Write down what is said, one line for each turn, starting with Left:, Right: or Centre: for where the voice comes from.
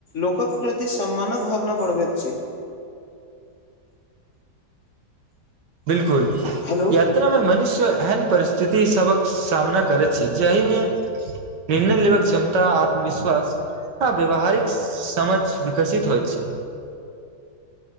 Left: लोकक प्रति सम्मानक भावना बढबैत छै
Right: <inaudible> बिल्कुल
Left: हेलो
Right: यात्रा मे मनुष्य एहन परिस्थिति सबक सामना करैत छै जहिमे निर्णय लेबक क्षमता आत्मविश्वास हाँ व्यावहारिक समझ विकसित होइत छै